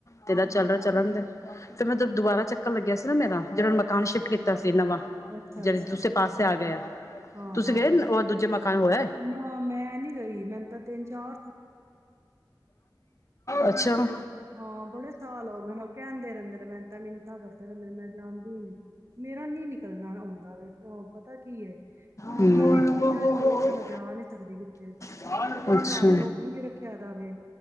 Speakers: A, on the left; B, on the right.
A: ਤੇਰਾ
B: ਸਹੀ
A: ਚੱਲਰਾ
B: ਗੱਲ
A: ਚਲਨ
B: ਐ।
A: ਦੇ ਫਿਰ ਮੈਂ ਫੇਰ ਦੁਬਾਰਾ ਚੱਕਰ ਲੱਗਿਆ ਸੀ ਨਾ ਮੇਰਾ। ਜਿਹੜਾ ਮਕਾਨ ਸ਼ਿਫਟ ਕੀਤਾ ਸੀ ਨਵਾਂ,
B: ਅੱਛਾ-ਅੱਛਾ,
A: ਜਿਹੜ ਦੂਸੇ
B: ਹਾਂ,
A: ਪਾਸੇ ਆ ਗਏ ਐ
B: ਹਾਂ-ਹਾਂ,
A: ਤੁਸੀਂ ਗਏ ਔ ਦੂਜੇ ਮਕਾਨ ਹੋ ਆਏ?
B: ਨਾ ਮੈਂ ਨੀ ਲਈ ਮੈਨੂੰ ਤਾਂ ਤਿੰਨ ਚਾਰ
A: ਅੱਛਾਂ!
B: ਹਾਂ ਬੜੇ ਸਾਲ ਹੌ ਗਏ ਨੇ ਔ ਕੇੰਦੇ ਰੇੰਦੇ ਨੇ ਮੈਂਨ ਤੇ ਮਿਨਤਾਂ ਕਰਦੇ ਰੇੰਦੇ ਨੇ ਮੈਂ ਜਾਂਦੀ ਨੀ, ਮੇਰਾ ਨੀ ਨਿਕਲਨਾ ਹੌੰਦਾ ਵੇ, ਔਂ ਪਤਾ ਕੀ ਐ ਕੁੜੀਆਂ
A: ਹੂੰ ਹੂੰ
B: ਨੇ ਕੁੜੀਆਂ ਛੋੜ ਕੇ ਮੈਂ ਜਾ ਨੀ ਸਕਦ ਕਿੱਥੇ,
A: ਅੱਛਾ
B: ਤੇ ਕੋਛ
A: ਅੱਛਾ
B: ਘਾਰ ਡੌਗੀ ਵੀ ਰੱਖਿਆ ਦਾ ਵੇ,